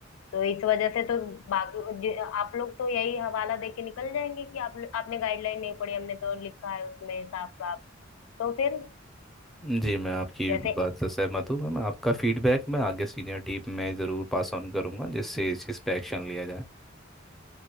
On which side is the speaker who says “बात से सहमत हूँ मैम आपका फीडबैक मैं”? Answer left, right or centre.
Centre